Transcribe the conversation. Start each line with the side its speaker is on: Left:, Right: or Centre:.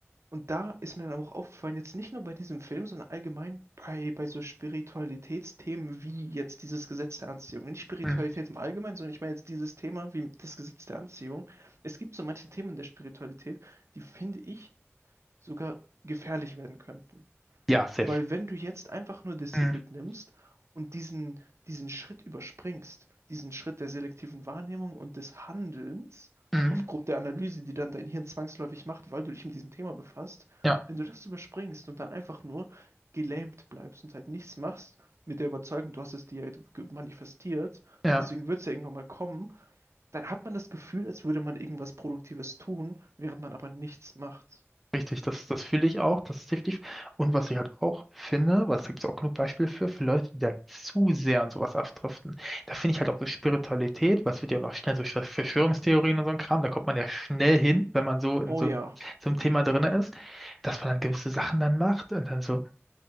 Right: Und da ist mir dann aber auch aufgefallen, jetzt nicht nur bei diesem Film, sondern allgemein bei, bei so Spiritualitätsthemen wie jetzt dieses Gesetz der Anziehung. Nicht Spiritualität
Centre: Hm.
Right: im Allgemeinen, sondern ich meine jetzt dieses Thema wie das Gesetz der Anziehung. Es gibt so manche Themen der Spiritualität, die finde ich sogar gefährlich werden könnten.
Centre: Ja, safe.
Right: Weil wenn du jetzt einfach nur The Secret
Centre: Hm.
Right: nimmst und diesen, diesen Schritt überspringst, diesen Schritt der selektiven Wahrnehmung und des Handelns,
Centre: Hm.
Right: aufgrund der Analyse, die dann dein Hirn zwangsläufig macht, weil du dich mit diesem Thema befasst,
Centre: Ja,
Right: wenn du das überspringst und dann einfach nur gelähmt bleibst und halt nichts machst, mit der Überzeugung, du hast es dir halt ge- manifestiert,
Centre: ja,
Right: deswegen wird es ja irgendwann mal kommen, dann hat man das Gefühl, als würde man irgendwas Produktives tun, während man aber nichts macht.
Centre: richtig. Das, das fühle ich auch. Das ist definitiv. Und was ich halt auch finde, weil es gibt auch genug Beispiele für, für Leute, die dann zu sehr an sowas abdriften. Da finde ich halt auch so Spiritualität, was wird ja auch noch schnell so Sch- Verschwörungstheorien und so ein Kram. Da kommt man ja schnell hin, wenn man so in
Right: Oh
Centre: so,
Right: ja,
Centre: einem- so einem Thema drin ist, dass man dann gewisse Sachen dann macht und dann so.